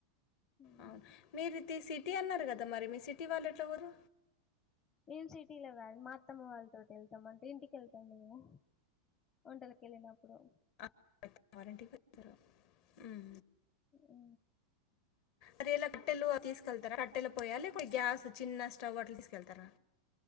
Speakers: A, on the left; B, on the left.
A: ఉమ్.
B: అవును. మీరిది సిటీ అన్నారు కదా మరి మీ సిటీ వాళ్లు వెట్లపోరు
A: ఏం సిటీలో కాదు మా అత్తమ్మ వాళ్లతోటి వెళ్తామ అంటే ఇంటికి వెళ్తాం మేము వంటలకిెలిినప్పుడు
B: ఆ వాలింటికి వెళ్తారు ఉ
A: ఉ
B: అరేలా కట్టెలు తీసుకెళ్తారా కట్టెలు పోయా లేపోతే గ్యాస్ చిన్న స్టవ్ అట్ల తీసుకెళ్తారా